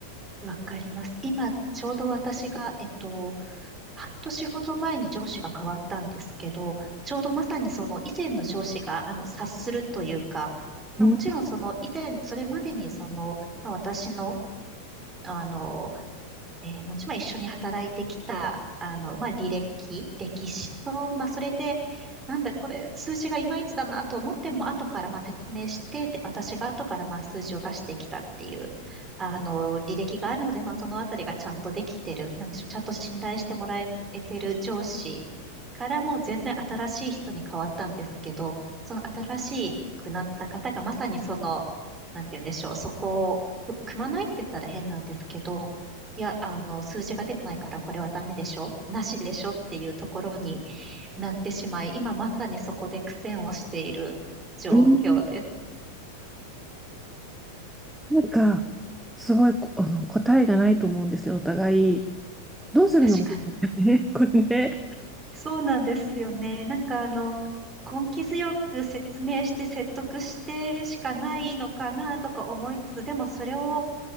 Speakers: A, on the right; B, in the centre.
A: わかります。今、ちょうど私が、えっと、半年ほど前に上司が変わったんですけど、ちょうどまさにその以前の上司があの察するというか、まあ、
B: うん、
A: もちろんその以前、それまでにその、まあ、私の、あのえーまあ、まあ一緒に働いてきた、あの、まあ、履歴、歴史と、まあ、それで、なんだこれ、数字がいまいちだなと思っても、後からまあ説明して、で、私が後からまあ数字を出してきたっていう、あの、履歴があるので、まあ、そのあたりがちゃんとできてる、なんでしょう、ちゃんと信頼してもらえてる上司からもう全然新しい人に変わったんですけど、その新しくなった方がまさにその、なんて言うんでしょう、そこを、く組まないって言ったら変なんですけど、いや、あの、数字が出てないからこれはダメでしょなしでしょっていうところになってしまい、今まさにそこで苦戦をしている状況です。
B: うん、なんか、すごい、あの、答えがないと思うんですよ、お互い。どうするのがいいのかね、
A: 確かに。
B: <laughs> これね。
A: そうなんですよね。なんかあの、根気強く説明して説得してしかないのかなとか思いつつ、でもそれを